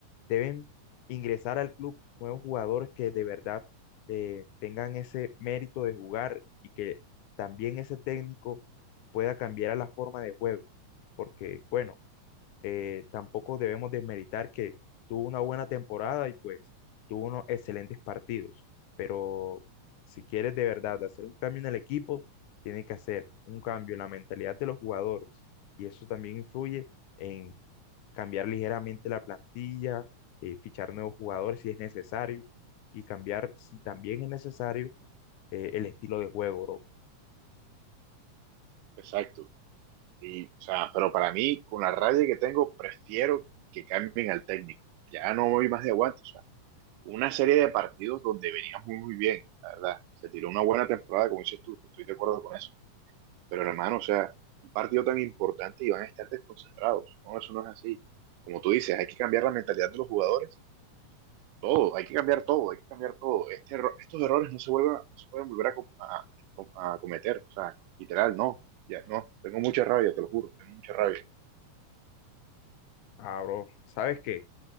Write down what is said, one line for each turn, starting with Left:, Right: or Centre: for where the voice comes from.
Left: deben ingresar al club nuevos jugadores que de verdad eh, tengan ese mérito de jugar y que también ese técnico pueda cambiar a la forma de juego, porque bueno, eh, tampoco debemos desmeritar que tuvo una buena temporada y pues tuvo unos excelentes partidos, pero si quieres de verdad hacer un cambio en el equipo, tienes que hacer un cambio en la mentalidad de los jugadores y eso también influye en cambiar ligeramente la plantilla, eh, fichar nuevos jugadores si es necesario y cambiar, si también es necesario, eh, el estilo de juego, bro.
Right: Exacto. Y, o sea, pero para mí, con la rabia que tengo, prefiero que cambien al técnico. Ya no voy más de aguantos. una serie de partidos donde veníamos muy, muy bien, la verdad. Se tiró una buena temporada, como dices tú, estoy de acuerdo con eso. Pero hermano, o sea, un partido tan importante y van a estar desconcentrados. No, eso no es así. Como tú dices, hay que cambiar la mentalidad de los jugadores. Todo, hay que cambiar todo, hay que cambiar todo. Este erro- estos errores no se vuelven, no se pueden volver a, co- a- a a cometer. O sea, literal, no. Ya, no, tengo mucha rabia, te lo juro, tengo mucha rabia.
Left: Ah, bro, ¿sabes qué?